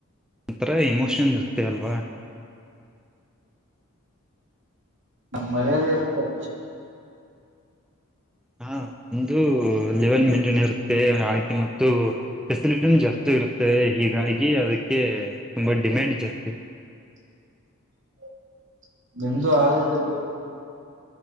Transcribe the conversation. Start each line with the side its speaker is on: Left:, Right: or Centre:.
Centre: ಒಂಥರ ಎಮೋಷನ್ ಇರುತ್ತೆ ಅಲ್ವಾ.
Right: ಹ ಮರ್ಯಾದೆ ಇರುತ್ತೆ.
Centre: ಹಾ ಒಂದು ಲೆವೆಲ್ ಮೇಂಟೈನ್ ಇರುತ್ತೆ ಆಯ್ಕೆ ಮತ್ತು. ಫೆಸಿಲಿಟಿನ ಜಾಸ್ತಿ ಇರುತ್ತೆ ಹೀಗಾಗಿ ಅದಕ್ಕೆ ತುಂಬಾ ಡಿಮ್ಯಾಂಡ್ ಜಾಸ್ತಿ
Right: ಹ ನಿಮ್ದು ಆಗದಲ್